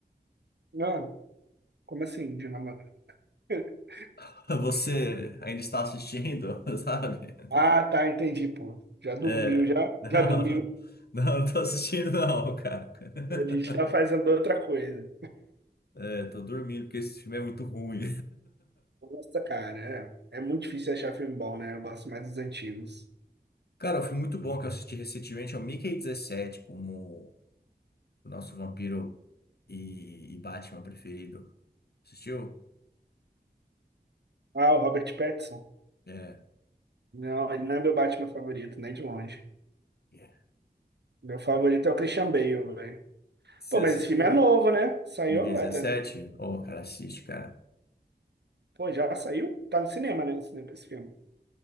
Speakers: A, on the right; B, on the left.
A: não, como assim, de namorado? <laughs>
B: <laughs> Você ainda está assistindo, <laughs> sabe?
A: Ah, tá, entendi, pô. Já dormiu,
B: É,
A: já?
B: não,
A: Já dormiu?
B: <laughs> não, não tô assistindo não, cara. <laughs>
A: A gente tá fazendo outra coisa.
B: É, tô dormindo porque esse filme é muito ruim.
A: Nossa, cara, é, é muito difícil achar filme bom, né? Eu gosto mais dos antigos.
B: <laughs> Cara, o filme muito bom que eu assisti recentemente é o Mickey dezessete como o nosso vampiro e, e Batman preferido. Assistiu?
A: Ah, o Robert Pattinson?
B: É.
A: Não, ele não é meu Batman favorito, nem de longe.
B: é.
A: Meu favorito é o Christian Bale, velho.
B: Você
A: Pô, mas
B: assistiu?
A: esse filme é novo, né? Saiu
B: Mickey
A: agora,
B: dezessete
A: né?
B: Ô, cara, assiste, cara.
A: Pô, já saiu? Tá no cinema, né? no cinema, Esse filme.